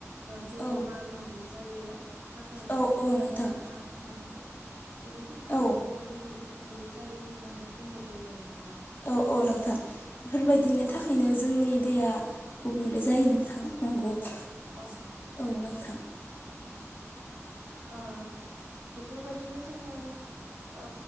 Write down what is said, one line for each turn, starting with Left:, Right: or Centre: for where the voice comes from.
Right: दैयाव
Left: औ
Right: गारहरनाय जायो नाथाय
Left: औ
Right: बेफोरबायदि
Left: औ नोंथां
Right: नाङा खालामनो बेनि थाखायनो
Left: औ
Right: जोङो दैखौ गुबुंले जायो होननानै बुंनाय जायो आरो नोंथां
Left: औ औ नोंथां बेफोरबायदिनि
Right: औ
Left: थाखायनो जोंनि दैया गुबुंले जायो नोंथां
Right: औ
Left: नंगौ औ
Right: नंगौ नंगौ
Left: नोंथां
Right: औ ओ बेफोरबायदिनो जोङो ओ